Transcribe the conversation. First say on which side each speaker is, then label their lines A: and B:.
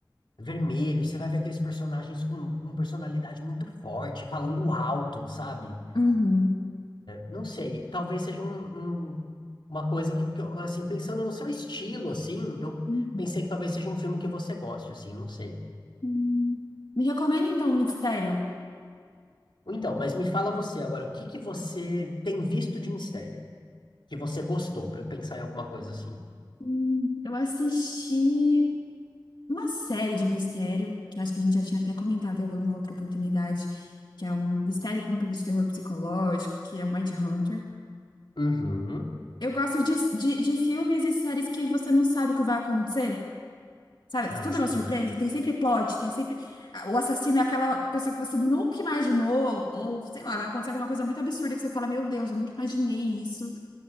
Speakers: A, on the left (about 80°); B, on the left (about 65°).
A: vermelho, você vai ver aqueles personagens com, com personalidade muito forte, falando alto, sabe?
B: Uhum.
A: Não sei, talvez seja um, um- uma coisa que, que eu, assim, pensando no seu estilo, assim, eu
B: uhum.
A: pensei que talvez seja um filme que você goste, assim, não sei.
B: Hum. Me recomenda então um mistério.
A: Ou Então, mas me fala você agora, o que que você tem visto de mistério? Que você gostou, pra eu pensar em alguma coisa assim.
B: Hum, eu assisti uma série de mistério, que acho que a gente já tinha até comentado em alguma outra oportunidade, que é um mistério com um pouco de terror psicológico, que é o Mindhunter.
A: Uhum.
B: Eu gosto de, de, de filmes e séries que você não sabe o que vai acontecer. Sabe?
A: Ah,
B: Tudo
A: sim.
B: é uma surpresa. Tem sempre plot, tem sempre. ah, O assassino é aquela pessoa que você nunca imaginou, ou sei lá, vai acontecer alguma coisa muito absurda que você fala: Meu Deus, eu nunca imaginei isso.